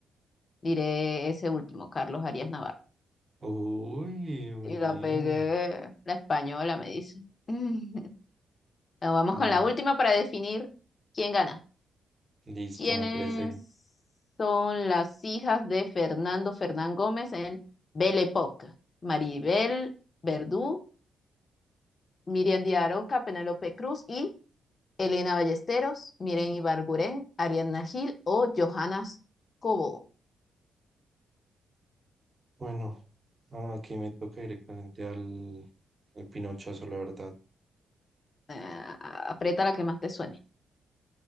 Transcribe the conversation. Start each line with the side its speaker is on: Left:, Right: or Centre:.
Left: diré ese último, Carlos Arias Navarro.
Right: Uy, muy
Left: Y
Right: bien.
Left: la pegué. La española me dice. <laughs> Bueno, vamos
Right: Bueno,
Left: con la última para definir quién gana.
Right: listo,
Left: ¿Quiénes
Right: me parece bien.
Left: son las hijas de Fernando Fernán Gómez en Belle Époque? Maribel Verdú, Miriam Díaz Aroca, Penélope Cruz y Elena Ballesteros, Miren Ibarguren, Ariadna Gil o Johanna Cobo.
Right: Bueno, ah, aquí me toca directamente al, al pinochazo, la verdad.
Left: Eh, aprieta la que más te suene.